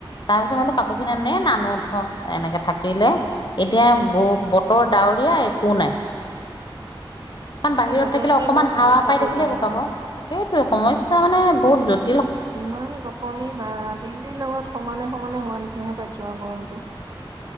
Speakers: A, on the left (about 55°); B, on the right (about 50°).
A: তাৰ পিছত মইতো কাপোৰ খিনি আনো এ নানো থ। এনেকে থাকিলে এতিয়া ব বতৰ ডাৱৰীয়া একো নাই। কাৰণ বাহিৰত
B: এই বতৰটোৱে
A: থাকিলে অকমান
B: বৰ সমস্যা
A: হাৱা পাই
B: কৰি
A: থাকিলে
B: পেলাইছে
A: শুকাব। সেইটোৱে সমস্যা মানে বহুত জট
B: ইমান গপনি বা দিল্লীৰ লগত সমানে সমানে হোৱা নিচিনা। হে পাইছো আৰু গৰমটো।